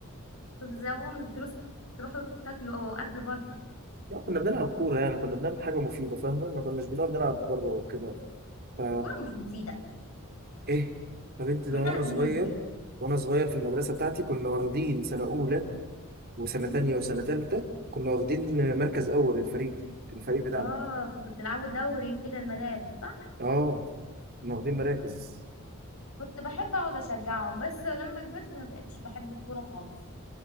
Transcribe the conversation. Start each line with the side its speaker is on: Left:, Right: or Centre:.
Left: كنتوا بتزوغوا من الدروس تروحوا تاكلوا او اكل بره
Right: لا كنا بنلعب كوره يعني كنا بنعمل حاجه مفيده فاهمه ما كناش بنقعد نلعب بره وكده ف
Left: الكورة مش مفيدة
Right: ايه طب انت ده
Left: مين
Right: وانا
Left: قالك
Right: صغير
Left: ان هي مفيدة
Right: وانا صغير في المدرسه بتاعتي كنا واخدين سنه اولى وسنه
Left: مم؟
Right: تانية وسنه تالتة كنا واخدين مركز اول الفريق الفريق بتاعنا
Left: اه كنتوا بتلعبوا دوري وكده المدارس صح
Right: اه كنا واخدين مراكز
Left: كنت بحب اقعد اشجعهم بس لما كبرت ما بقتش بحب الكورة خالص